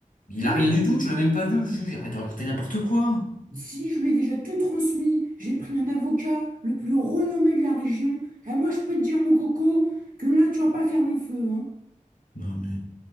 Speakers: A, on the left; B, on the right.
A: Il
B: J'en
A: a rien
B: peux
A: du tout,
B: plus.
A: tu l'as même pas vu, le juge. Arrête de raconter n'importe quoi.
B: Si je lui ai déjà tout transmis, j'ai pris un avocat, le plus renommé de la région. Et moi, je peux te dire, mon coco, que là, tu vas pas faire long feu, hein.
A: Non mais.